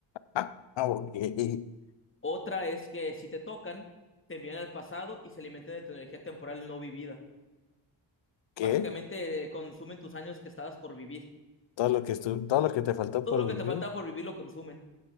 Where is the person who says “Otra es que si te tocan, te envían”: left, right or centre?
Left